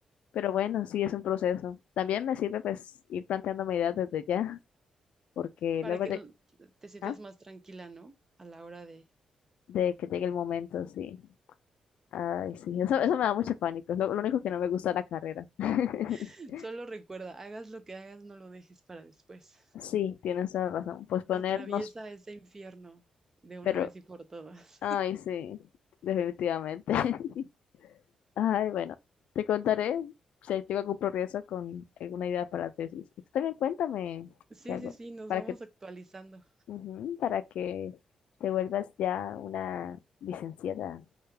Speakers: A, on the left; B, on the right.
A: Pero bueno, sí es un proceso. También me sirve pues ir planteándome ideas desde ya, porque
B: Para
A: luego
B: que
A: lle-
B: l- te sientas
A: ah,
B: más tranquila, ¿no? A la hora de...
A: de que llegue el momento, sí. Ay, sí, eso,
B: Sí,
A: eso
B: sí.
A: me da mucho pánico, es lo, lo único que no me gusta de la carrera. <laughs>
B: <laughs> Solo recuerda, hagas lo que hagas, no lo dejes para después.
A: Sí, tienes toda la razón, Pues ponernos,
B: Atraviesa ese infierno de una
A: pero
B: vez y por todas.
A: Ay,
B: <laughs>
A: sí, definitivamente. <laughs> Ay, bueno, te contaré si tengo algún progreso con alguna idea para tesis. Y tú también cuéntame
B: Sí,
A: qué hago
B: sí, sí, nos
A: para
B: vamos
A: que,
B: actualizando.
A: ujú, para que te vuelvas ya una licenciada.